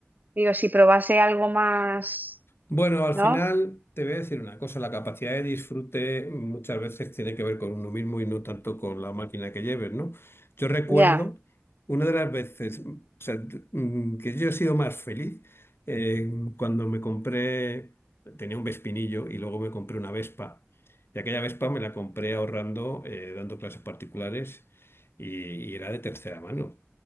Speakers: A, on the right; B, on the left.
A: digo, si probase algo más...
B: Bueno, al
A: ¿no?
B: final te voy a decir una cosa, la capacidad de disfrute muchas veces tiene que ver con uno mismo y no tanto con la máquina que lleves, ¿no? Yo recuerdo
A: Ya,
B: una de las veces, o sea, d- mm, que yo he sido más feliz eh, cuando me compré, tenía un Vespinillo y luego me compré una Vespa. Y aquella Vespa me la compré ahorrando, eh, dando clases particulares y, y era de tercera mano.